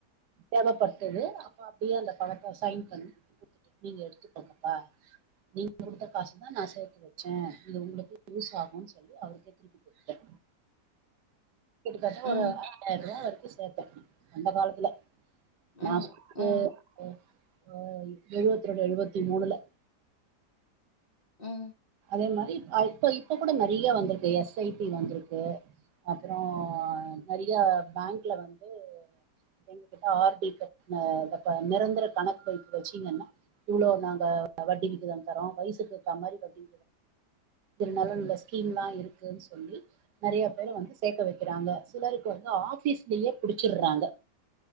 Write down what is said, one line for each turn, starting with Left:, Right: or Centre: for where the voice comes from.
Right: தேவபட்டுது அப்ப அப்படியே அந்த பணத்தை சைன் பண்ணி நீங்க எடுத்துக்கோங்கப்பா நீங்க கொடுத்த காசுதா நான் சேர்த்து வச்ச இது உங்களுக்கு யூஸ் ஆகும் சொல்லி அவருக்கே திருப்பி கொடுத்த வீட்டுக்கார்
Left: ம்
Right: ஒரு ரெண்டாயிருவா வரைக்கு சேத்த அந்த காலத்துல
Left: ம்
Right: மாசத்துக்கு
Left: ம் ம்
Right: அ எழுவத்தி ரெண்டு எழுவத்தி மூணுல
Left: ம்
Right: அதே மாதிரி இப்ப இப்போ கூட நெறைய வந்திருக்கு எஸ்ஐபி வந்திருக்கு அப்புறம் நெறைய பேங்க்ல வந்து எங்ககிட்ட ஆர்டி கட் நிரந்தர கணக்கு வைப்பு வச்சிங்கன்னா இவ்ளோ நாங்க வட்டிவிகிதம் தரோ வயசுக்கேத்தமாதிரி வட்டி இருந்தாளும் இந்த ஸ்கீம்லா இருக்குன்னு சொல்லி நெறைய பேரு வந்து சேர்க்க வைக்கிறாங்க சிலருக்கு வந்து ஆபீஸ்லயே புடிச்சிர்றாங்க